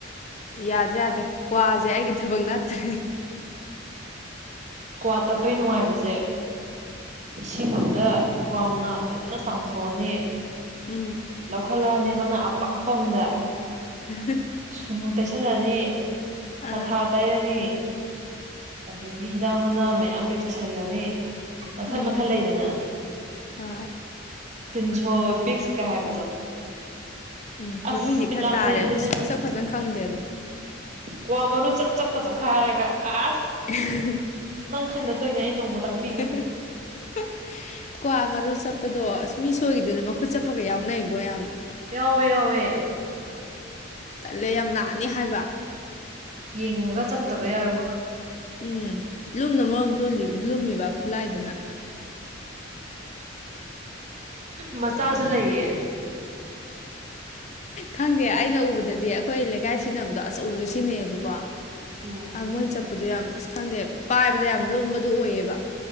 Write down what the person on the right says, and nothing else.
ꯀꯋꯥ ꯇꯞꯄꯩ ꯅꯨꯡꯉꯥꯏꯕꯁꯦ ꯏꯁꯤꯡꯗꯨꯗ ꯀꯋꯥ ꯃꯅꯥ ꯐꯖꯅ ꯆꯥꯝꯊꯣꯛꯑꯅꯤ
ꯂꯧꯈꯠꯂꯛꯑꯅꯤ ꯃꯅꯥ ꯑꯄꯥꯛꯄ ꯑꯝꯗ
ꯁꯨꯅꯨ ꯇꯩꯁꯜꯂꯅꯤ ꯀꯊꯥ
ꯇꯩꯔꯅꯤ ꯑꯗꯒꯤ ꯍꯤꯗꯥꯛ ꯃꯅꯥ ꯃꯌꯥꯝ ꯂꯣꯏ ꯆꯥꯏꯁꯤꯜꯂꯅꯤ ꯃꯈꯜ
ꯃꯈꯜ ꯂꯩꯗꯅ
ꯇꯤꯟꯁꯣ ꯕꯤꯁꯀ ꯍꯥꯏꯕꯗꯣ
ꯑꯁ
ꯕꯤꯠ
ꯌꯥꯝ
ꯂꯩꯕꯅꯦ
ꯀ꯭ꯋꯥ ꯃꯔꯨ ꯆꯞ ꯆꯞꯀ ꯆꯞꯈꯥꯏꯔꯒ ꯑꯁ
ꯅꯪ ꯈꯪꯗ ꯇꯣꯏꯅꯦ ꯑꯩ ꯅꯣꯡꯃ ꯇꯥꯛꯄꯤꯒꯦ
ꯌꯥꯎꯋꯦ ꯌꯥꯎꯋꯦ
ꯌꯦꯡꯉꯒ ꯆꯞꯇꯕ ꯌꯥꯔꯣꯏ
ꯃꯆꯥꯁꯨ ꯂꯩꯌꯦ
ꯎꯝ